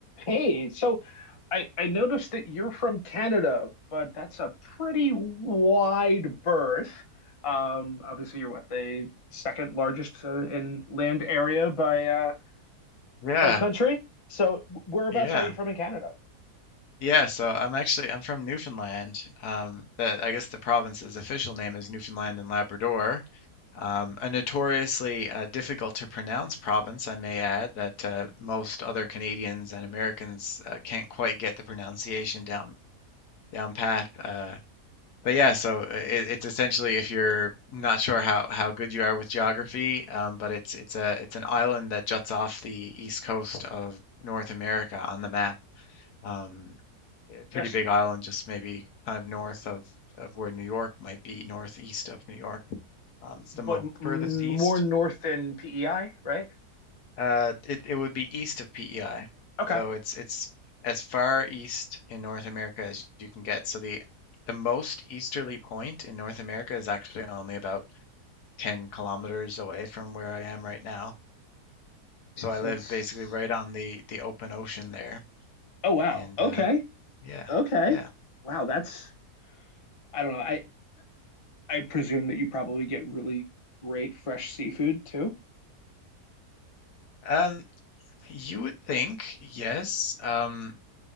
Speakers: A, on the left; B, on the left.
A: Hey, so I, I noticed
B: Right.
A: that you're from Canada, but that's a pretty wide berth. Um, obviously, you're what, the second largest uh, in land area by uh,
B: Yeah,
A: by country. So, whereabouts
B: yeah,
A: are you from in Canada?
B: yeah. So I'm actually I'm from Newfoundland. Um, the, I guess the province's official name is Newfoundland and Labrador. Um, a notoriously uh, difficult to pronounce province, I may add, that uh, most other Canadians and Americans uh, can't quite get the pronunciation down down pat. Uh, But yeah, so uh, it, it's essentially if you're not sure how, how good you are with geography, um, but it's it's a it's an island that juts off the east coast of North America on the map. Um, a
A: Just
B: pretty big island, just maybe kind of north of, of where New York might be, northeast of New York. Um, it's
A: but
B: the most
A: m-
B: furthest east.
A: more north than PEI, right?
B: Uh, it it would be east of PEI,
A: Okay.
B: so it's it's as far east in North America as you can get. So the the most easterly point in North America is actually only about 10 kilometers away from where I am right now. So
A: Yes,
B: I
A: that's.
B: live basically right on the the open ocean there.
A: Oh wow.
B: And
A: Okay.
B: uh yeah.
A: Okay.
B: Yeah.
A: Wow, that's. I don't know. I I presume that you probably get really great fresh seafood too.
B: Um you would think, yes. Um